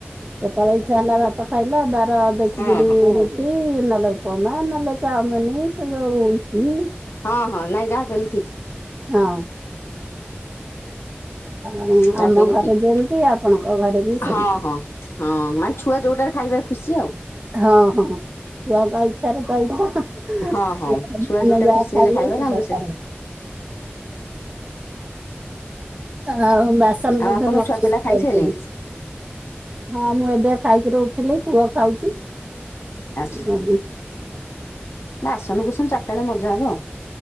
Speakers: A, on the right; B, on the left.
A: କେତେବେଳେ ଇଚ୍ଛା ହେଲା ଭାତ ଖାଇଲ ବାର ଦେଖିକିରି
B: ହଁ
A: ଟି ନଲେ ଉପମା ନଲେ ଚାମିନି ସେ ଜଉ ଇପି।
B: ହଁ ହଁ ନାଇଁ ଯାହା କହିଲେ ଠିକ।
A: ହଁ। ଆଉ
B: ଯାହା
A: ଆମ
B: କହିଲେ
A: ଘରେ
B: ଠିକ
A: ଯେମିତି ଆପଣଙ୍କ ଘରେ ବି ସେମିତି।
B: ହଁ ହଁ ହଁ ମାନେ ଛୁଆ ଯୋଉଟାରେ ଖାଇବାରେ ଖୁସି ଆଉ।
A: ହଁ ହଁ ଛୁଆଙ୍କ ଇଚ୍ଛାରେ ତ ଇଛା।
B: ହଁ ହଁ
A: ଛୁଆ ଧାନ
B: ଯୋଉଟା
A: ଯାହା
B: ଖୁସି
A: ଖାଇବେ
B: ହେଲେ
A: ସେଇଆ
B: ନା ଆମେ ସେ
A: କରେ। ଆଉ ବାସନ
B: ଆଉ
A: ବୋଧେ
B: ଆପଣ
A: ମଜା
B: ଛୁଆ
A: ମଜି
B: ପିଲା ଖାଇସାରିଲେ
A: କରୁଚନ୍ତି। ହଁ ମୁଁ ଏବେ ଖାଇକିରି ଉଠିଲି ପୁଅ ଖାଉଛି।
B: ଆଛା।
A: ହଁ
B: ନା ଆସନକୁୁସନ ଚାରିଟା ବେଳେ ମଜା ହବ ଆଉ।